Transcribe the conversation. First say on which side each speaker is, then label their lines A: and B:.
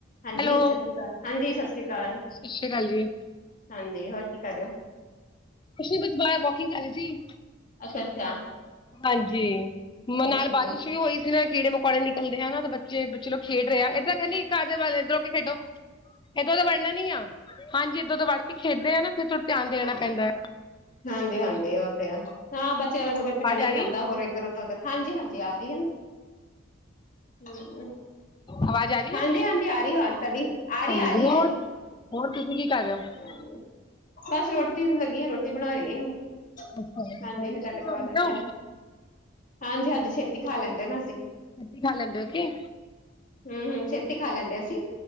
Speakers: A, on the left; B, on the left.
A: ਹਾਂਜੀ
B: ਹੈਲੋ,
A: ਸਤਿ ਸ਼੍ਰੀ ਅਕਾਲ, ਹਾਂਜੀ ਸਤਿ ਸ਼੍ਰੀ ਅਕਾਲ,
B: ਸਤਿ ਸ਼੍ਰੀ ਅਕਾਲ ਜੀ।
A: 'ਹਾਂਜੀ ਹੋਰ ਕੀ ਕਰ ਰਹੇ ਹੋ?
B: ਕੁਛ ਨ ਬਸ ਬਾਹਰ ਵੋਕਿੰਗ ਕਰ ਰਹੀ ਸੀ।
A: ਅੱਛਾ ਅੱਛਾ।
B: ਹਾਂਜੀ
A: ਅੱਛਾ
B: ਨਾਲ ਬਾਰਿਸ਼ ਵੀ ਹੋਈ ਨਾ ਕੀੜੇ ਮਕੌੜੇ ਨਿਕਲਦੇ ਆ ਨਾ ਤਾਂ ਬੱਚੇ ਬੱਚੇ ਲੋਕ ਖੇਡ ਰਹੇ ਆ ਇੱਦਾਂ ਕਰ ਨੀ ਘਰ ਦੇ ਵੱਲ ਇੱਧਰੋਂ ਹੋ ਕੇ ਖੇਡੋ। ਏਦੋਂ ਦਾ ਵੜਨਾ ਨੀ ਆ, ਹਾਂਜੀ ਏਦੋਂ ਦਾ ਵੜ ਕੇ ਖੇਡਦੇ ਆ ਨਾ ਫੇਰ ਤੁੂੰ ਧਿਆਨ ਦੇਣਾ ਪੈਂਦਾ।
A: ਹਾਂਜੀ ਹਾਂਜੀ ਉਹ ਤੇ ਆ ਹੈ, ਹਾਂ ਬੱਚਿਆਂ ਦਾ ਮਗਰ
B: ਆਵਾਜ਼
A: ਤੇ ਰਹਿਣਾ
B: ਆ
A: ਹੀ
B: ਰਹੀ
A: ਪੈਂਦਾ ਹੋਰ ਇੱਧਰ ਉੱਧਰ ਹਾਂਜੀ ਹਾਂਜੀ ਆ ਰਹੀ ਨੇ ਐ। ਹੂੰ,
B: ਆਵਾਜ਼ ਆ ਰਹੀ
A: ਹਾਂਜੀ
B: ਆ
A: ਹਾਂਜੀ ਆ ਰਹੀ ਆਵਾਜ਼ ਤੁਹਾਡੀ ਆ ਰਹੀ
B: ਹਾਂਜੀ
A: ਐ ਆ ਰਹੀ
B: ਹੋਰ
A: ਐ।
B: ਹੋਰ ਤੁਸੀਂ ਕੀ ਕਰ ਰਹੇ? ਹੋ
A: ਹੈਲੋ, ਬਸ ਰੋਟੀ ਨੂੰ ਲੱਗੀ ਆ ਰੋਟੀ ਬਣਾ ਰਹੇ ਸੀ।
B: ਅੱਛਾ ਅੱਛਾ,
A: ਹਾਂਜੀ, ਫਿਰ ਤੁਹਾਡੇ ਕੋਲ ਆ ਗਿਆ। ਹਾਂਜੀ ਹਾਂਜੀ ਛੇਤੀ ਖਾ ਲੈਂਦੇ ਨਾ ਅਸੀਂ।
B: ਛੇਤੀ ਖਾ ਲੈਂਦੇ ਓ ਕਿ?
A: ਹੂੰ ਹੂੰ ਛੇਤੀ ਖਾ ਲੈਂਦੇ ਅਸੀਂ।